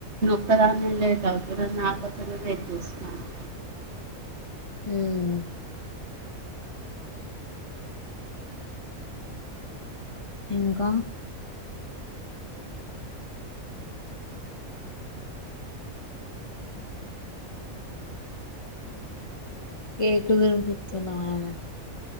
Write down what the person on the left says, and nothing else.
ఉమ్ ఇంకా కేకు దిన్పిత్తుండు మా ఆయన నాకు